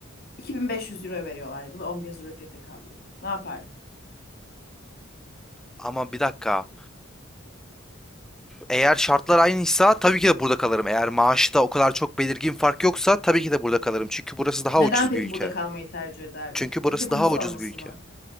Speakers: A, on the left; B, in the centre.
A: 2500 euro veriyorlar. Bu da 10.000 zloty'ye tekabül ediyor. Ne yapardın?
B: Ama bir dakika. Eğer şartlar aynıysa tabii ki de burada kalırım. Eğer maaşta o kadar çok belirgin fark yoksa tabii ki de burada kalırım. Çünkü burası daha
A: Neden
B: ucuz
A: peki
B: bir ülke.
A: burada kalmayı tercih ederdin?
B: Çünkü burası
A: Bir tek
B: daha
A: ucuz
B: ucuz
A: olması
B: bir ülke.
A: mı?